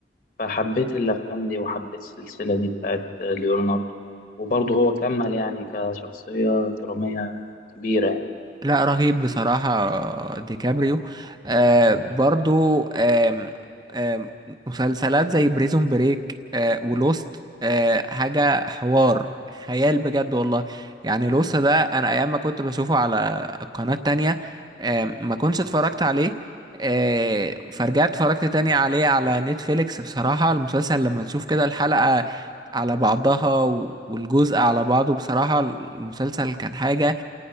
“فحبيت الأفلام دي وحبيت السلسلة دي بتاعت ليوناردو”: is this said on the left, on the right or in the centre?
Left